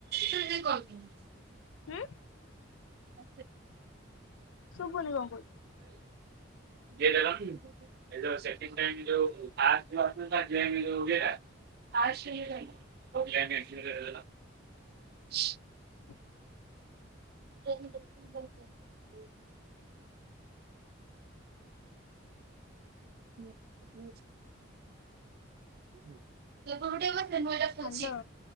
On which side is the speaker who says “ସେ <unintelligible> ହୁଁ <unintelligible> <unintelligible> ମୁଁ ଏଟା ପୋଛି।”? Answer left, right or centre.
Right